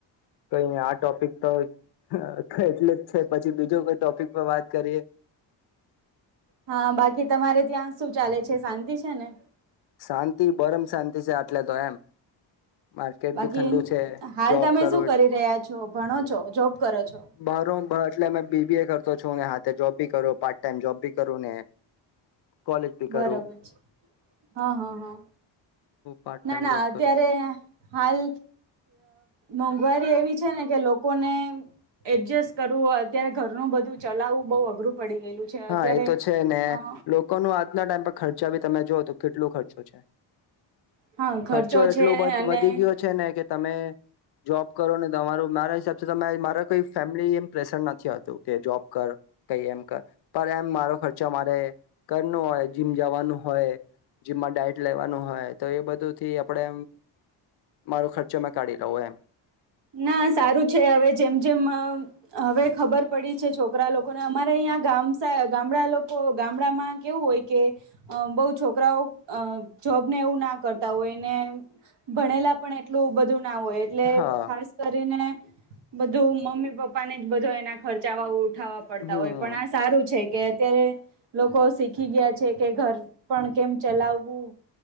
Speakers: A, on the left (about 60°); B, on the right (about 70°).
A: કઈ નહી. આ ટોપિક તો હા, એટલે જ છે, પછી બીજો કોઈ ટોપિક પર વાત કરીએ.
B: હા, બાકી તમારે ત્યાં શું ચાલે છે, શાંતિ છે ને?
A: શાંતિ પરમ શાંતિ છે. આટલે તો એમ માર્કેટ
B: બાકી
A: ભી ઠંડુ છે.
B: હાલ
A: જોબ
B: તમે
A: કરો
B: શું કરી રહ્યા છો ભણો છો જોબ કરો છો
A: બાર ઓમ બાર એટલે, મે બીબીએ કરતો છે. છો ને હાથે જોબ ભી કરો, પાર્ટ ટાઈમ જોબ ભી કરો ને, કોલેજ ભી
B: બરોબર
A: કરુ.
B: છે હા હા હા,
A: પાર્ટ ટાઈમ
B: ના ના
A: જોબ
B: અત્યારે
A: કરું
B: હાલ, મોંઘવારી એવી છે ને, કે લોકોને એડજસ્ટ કરવું, અત્યારે ઘરનું બધું ચલાવવું બઉ અઘરું પડી ગયેલું છે
A: હા
B: અત્યારે
A: એ તો છે ને,
B: અ
A: લોકોનું આ આના ટાઈમ પર ખર્ચા ભી, તમે જો ઓ તો કેટલો ખર્ચો છે.
B: હા
A: ખર્ચો એટલો
B: છે
A: બધો
B: અને
A: વધી ગયો છે. ને કે તમે જોબ કરો ને, તમારું મારા હિસાબ થી તમે મારા કઈ ફેમિલી એમ પ્રેશર નથી આવતું કે, જોબ કર. કઈ એમ પણ એમ, મારો ખર્ચો મારે કરનો હોય જીમ જવાનું હોય. જીમમાં ડાયટ લેવાનું હોય તો એ બધું થી, આપણે મારો ખર્ચો મે કાઢી. લઉં એમ
B: ના સારું છે હવે, જેમ જેમ હવે ખબર પડી છે. છોકરા લોકોને અમારે, અહીંયા ગામસા ગામડા લોકો ગામડામાં કેવું હોય કે બઉ છોકરાઓ જોબ ને એવું, ના કરતા હોયને ભણેલા પણ એટલું બધું ના હોય. એટલે
A: હા
B: ખાસ કરીને બધું મમ્મી, પપ્પાને જ બધો એના ખર્ચા વાવો ઉઠાવવા પડતા
A: હમ
B: હોય પણ આ સારું છે કે અત્યારે લોકો શીખી ગયા છે કે ઘર પણ કેમ ચલાવવું